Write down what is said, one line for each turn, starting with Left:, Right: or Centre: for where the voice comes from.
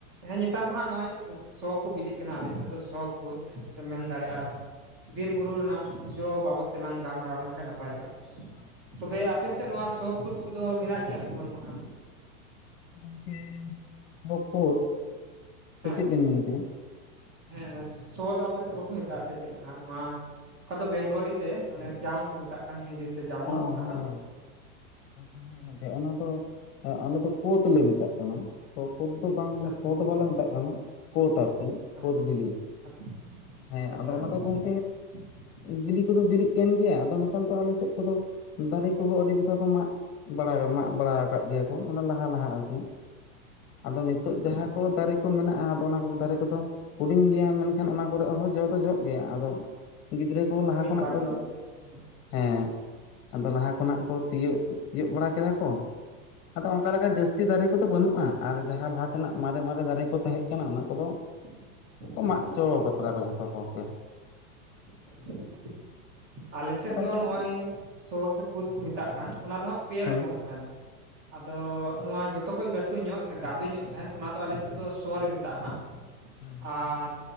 Right: ᱦᱮᱸ ᱱᱮᱛᱟᱨ ᱢᱟ ᱱᱚᱜᱼᱚᱭ ᱥᱚ ᱠᱚ ᱵᱤᱞᱤᱜ ᱠᱟᱱᱟ ᱟᱞᱮ ᱥᱮᱫ ᱫᱚ ᱥᱚ ᱠᱚᱫ ᱥᱮ ᱢᱮᱱ ᱫᱟᱲᱮᱭᱟᱜᱼᱟ
Left: ᱦᱮᱸ
Right: ᱵᱤᱨ ᱵᱩᱨᱩ ᱨᱮᱱᱟᱜ ᱡᱚ ᱵᱟᱵᱚᱫ ᱛᱮᱞᱟᱝ ᱜᱟᱞᱢᱟᱨᱟᱣ ᱞᱮᱱᱠᱷᱟᱱ ᱱᱟᱯᱟᱭ ᱦᱩᱭᱩᱜ-ᱟ᱾
Left: ᱟᱪᱪᱷᱟ ᱟᱪᱪᱷᱟ
Right: ᱛᱚᱵᱮ ᱟᱯᱮ ᱥᱮᱫ ᱱᱚᱣᱟ ᱥᱚ ᱠᱳᱫᱷ ᱠᱚᱫᱚ ᱢᱮᱱᱟᱜ ᱜᱮᱭᱟ ᱥᱮ ᱵᱟᱹᱱᱩᱜᱼᱟ ᱦᱟᱜ?
Left: ᱜᱚᱝᱠᱮ ᱱᱚ ᱠᱳᱫ ᱥᱮ
Right: ᱦᱮᱸ
Left: ᱪᱮᱫ ᱵᱤᱱ ᱢᱮᱱ ᱠᱮᱫᱟ'
Right: ᱦᱮᱸ ᱥᱚ ᱫᱚ ᱟᱯᱮ ᱥᱮᱫ ᱵᱟᱠᱚ ᱢᱮᱛᱟᱜ ᱟ ᱥᱮ ᱪᱮᱫ ᱞᱮᱠᱟ ᱦᱟᱜ ᱱᱚᱣᱟ᱾ ᱚᱠᱟ ᱫᱚ ᱵᱮᱝᱜᱚᱞᱤ ᱛᱮ ᱢᱟᱱᱮ ᱡᱟᱢ ᱠᱚ ᱢᱮᱛᱟᱜ ᱠᱟᱱ ᱦᱤᱱᱫᱤ ᱛᱮ ᱡᱟᱢᱚᱱ
Left: ᱚ
Right: ᱚᱱᱟ
Left: ᱦᱳᱭ
Right: ᱦᱟᱸᱜ
Left: ᱟᱪᱪᱷᱟ ᱦᱮᱸ ᱜᱚᱝᱠᱮ ᱚᱱᱟ ᱫᱚ ᱟᱞᱮ ᱫᱚ ᱠᱳᱫᱷ ᱞᱮ ᱢᱮᱛᱟᱜ ᱠᱟᱱᱟ᱾ ᱠᱳᱫ ᱫᱚ ᱵᱟᱝ
Right: ᱟᱪᱪᱷᱟ
Left: ᱥᱚ
Right: ᱟᱪᱪᱷᱟ
Left: ᱫᱚ ᱵᱟᱞᱮ ᱢᱮᱛᱟᱜ ᱠᱟᱱᱟ ᱠᱳᱫ ᱟᱨᱠᱤ
Right: ᱦᱮᱸ
Left: ᱠᱳᱫ ᱵᱤᱞᱤ
Right: ᱟᱪᱪᱷᱟ
Left: ᱦᱮᱸ
Right: ᱟᱪᱪᱷᱟ
Left: ᱟᱫᱚ ᱚᱱᱟ ᱫᱚ ᱜᱚᱝ
Right: <inaudible>
Left: ᱵᱤᱞᱤ ᱠᱚᱫᱚ ᱵᱤᱞᱤ ᱠᱟᱱ ᱜᱮᱭᱟ ᱟᱫᱚ ᱱᱚᱛᱮ ᱨᱮ ᱫᱚ ᱟᱞᱮ ᱥᱮᱫ ᱠᱚᱫᱚ ᱫᱟᱨᱮ ᱠᱚᱦᱚᱸ ᱟᱹᱰᱤ ᱡᱚᱠᱷᱟ ᱠᱚ ᱢᱟᱜ ᱢᱟᱜ ᱵᱟᱲᱟ ᱟᱠᱟᱫ ᱜᱮᱭᱟ ᱠᱚ ᱢᱟᱱᱮ ᱞᱟᱦᱟ ᱞᱟᱦᱟ ᱟᱨᱠᱤ ᱟᱫᱚ ᱱᱤᱛᱚᱜ
Right: ᱟᱪᱪᱷᱟ
Left: ᱡᱟᱦᱟᱸ ᱠᱚ ᱫᱟᱨᱮ ᱠᱚ ᱢᱮᱱᱟᱜᱼᱟ ᱟᱫᱚ ᱚᱱᱟ ᱠᱚ ᱫᱟᱨᱮ ᱠᱚᱫᱚ ᱦᱩᱰᱤᱧ ᱜᱮᱭᱟ ᱢᱮᱱᱠᱷᱟᱱ ᱚᱱᱟ ᱠᱚᱨᱮᱜ ᱦᱚᱸ ᱡᱚ ᱫᱚ ᱡᱚᱜ ᱜᱮᱭᱟ ᱟᱫᱚ ᱜᱤᱫᱽᱨᱟᱹ ᱠᱚ ᱞᱟᱦᱟ
Right: ᱢᱤᱫ
Left: ᱠᱷᱚᱱᱟᱜ
Right: ᱵᱟᱨ
Left: ᱠᱚ
Right: ᱡᱚᱢ ᱛᱮ ᱦᱮᱸ
Left: ᱦᱮᱸ ᱟᱫᱚ ᱞᱟᱦᱟ
Right: ᱟᱪᱪᱷᱟ
Left: ᱠᱷᱚᱱᱟᱜ ᱠᱚ ᱛᱤᱭᱚᱜ ᱛᱤᱭᱳᱟᱹᱜ ᱵᱟᱲᱟ ᱠᱮᱫᱟ ᱠᱚ ᱟᱫᱚ ᱚᱱᱠᱟ ᱞᱮᱠᱟ ᱡᱟᱹᱥᱛᱤ ᱫᱟᱨᱮ ᱠᱚᱫᱚ ᱟᱨ ᱟᱱᱠᱟ ᱞᱮᱠᱟ ᱡᱟᱥᱛᱤ ᱫᱟᱨᱮ ᱠᱚ ᱫᱚ ᱵᱟᱹᱱᱩᱜᱼᱟ, ᱟᱨ ᱡᱟᱦᱟᱸ ᱞᱟᱦᱟ ᱛᱮᱱᱟᱜ ᱢᱟᱨᱮ ᱢᱟᱨᱮ ᱫᱟᱨᱮ ᱠᱚ ᱛᱟᱦᱮᱸ ᱠᱟᱱᱟ ᱚᱱᱟ ᱠᱚᱫᱚ
Right: <inaudible>
Left: ᱢᱟᱜ ᱦᱚᱪᱚ
Right: ᱟᱹᱰᱤ
Left: ᱠᱟᱫᱟ ᱠᱚ ᱡᱷᱚᱛᱚ ᱦᱚᱲᱜᱮ
Right: ᱟᱪᱪᱷᱟ ᱟᱪᱪᱷᱟ ᱟᱞᱮ ᱥᱮᱫ ᱫᱚ
Left: ᱞᱮᱠᱟ
Right: ᱱᱚᱜᱼᱚᱭ
Left: ᱠᱟᱹᱴᱤᱡ
Right: ᱥᱚ ᱥᱮ ᱠᱳᱫ ᱠᱚ ᱢᱮᱛᱟᱜ ᱠᱟᱱ ᱚᱱᱟ ᱫᱚ ᱦᱟᱸᱜ ᱯᱮ
Left: ᱦᱮᱸ
Right: ᱨᱚᱠᱚᱢ ᱛᱟᱸᱦᱮᱱᱟ? ᱟᱫᱚ ᱱᱚᱣᱟ ᱡᱚᱛᱚ ᱠᱷᱚᱭ ᱞᱟᱹᱴᱩ ᱧᱚᱜ ᱥᱮ ᱜᱟᱵᱮ ᱧᱚᱜ ᱛᱟᱦᱮᱸᱱᱟ ᱚᱱᱟ, ᱫᱚ ᱟᱞᱮ ᱥᱮᱫ ᱫᱚ ᱥᱚ ᱞᱮ ᱢᱮᱛᱟᱜᱼᱟ ᱦᱟᱸᱜ
Left: ᱦᱮᱸ
Right: ᱟᱨ